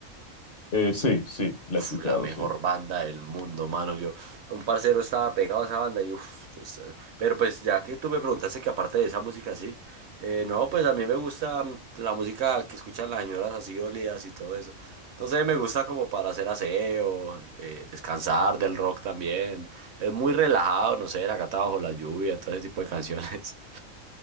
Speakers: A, on the left; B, on the right.
A: Eh, sí, sí, la
B: Uf,
A: he escuchado,
B: la mejor
A: sí.
B: banda del mundo, mano. Yo, un parcero estaba pegado a esa banda y uf, yo estaba- Pero pues ya que tú me preguntaste que aparte de esa música sí, eh, no, pues a mí me gusta mm, la música que escuchan las señoras así dolidas y todo eso. No sé, me gusta como para hacer aseo, eh, descansar del rock también. Es muy relajado, no sé, La gata bajo la lluvia, todo ese tipo de canciones. <laughs>